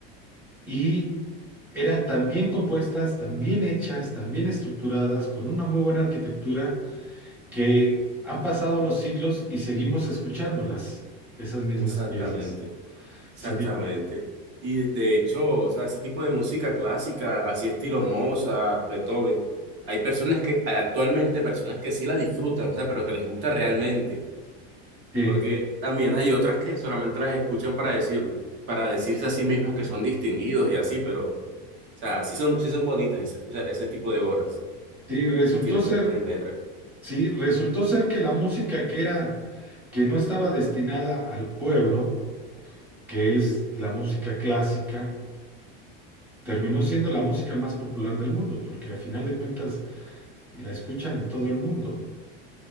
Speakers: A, in the centre; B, on the right (about 40°).
A: Y eran tan bien compuestas, tan bien hechas, tan bien estructuradas, con una muy buena arquitectura que han pasado los siglos y seguimos escuchándolas, esas mismas
B: Exactamente,
A: piezas. Sí,
B: exactamente.
A: di-
B: Y de de hecho, o sea, ese tipo de música clásica, así estilo Mozart, Beethoven, hay personas que, hay actualmente personas que sí la disfrutan, o sea, pero que les gusta realmente.
A: sí,
B: Porque también hay otras que solamente las escuchan para decir, para decirse a sí mismos que son distinguidos y así, pero, o sea, sí son, sí son bonitas ese, ese ese tipo de obras.
A: sí, resultó
B: y tienen,
A: ser,
B: tienen letras.
A: sí, resultó ser que la música que era, que no estaba destinada al pueblo, que es la música clásica, terminó siendo la música más popular del mundo, porque a final de cuentas la escuchan en todo el mundo.